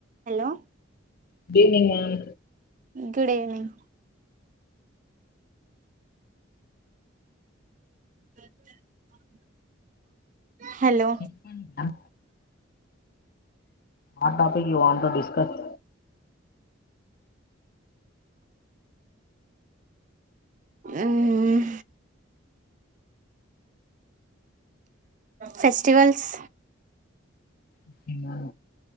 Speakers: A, on the right; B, on the left.
A: Hello
B: good evening ma'am
A: good evening uh hello
B: చెప్పండి ma'am ఆ topic you want to discuss
A: hmm festivals
B: okay ma'am,